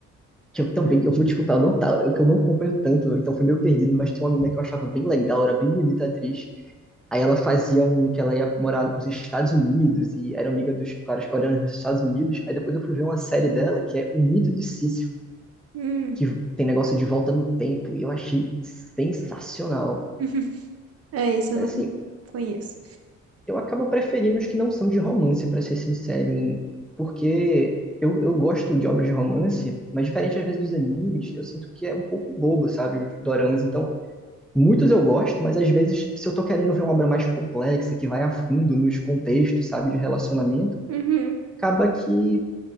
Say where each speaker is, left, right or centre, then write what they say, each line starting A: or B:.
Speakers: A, in the centre; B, on the right.
A: Que eu também, eu vou desculpar, eu não tá, eu, que eu não acompanho tanto, então fui meio perdido, mas tinha uma menina que eu achava bem legal, era bem bonita a atriz. Aí ela fazia um que ela ia morar nos Estados Unidos e era amiga dos caras coreanos nos Estados Unidos. Aí depois eu fui ver uma série dela que é O Mito de Sísifo.
B: Hum.
A: que tem negócio de volta no tempo, e eu achei sensacional.
B: <laughs> É, isso
A: Mas
B: eu não
A: assim,
B: conheço.
A: eu acabo preferindo os que não são de romance, pra ser sincero, em- porque eu, eu gosto de obras de romance, mas diferente às vezes dos animes, eu sinto que é um pouco bobo, sabe, os doramas. Então, muitos eu gosto, mas às vezes, se eu tô querendo ver uma obra mais complexa, que vai a fundo nos contextos, sabe, de relacionamento,
B: Uhum,
A: acaba que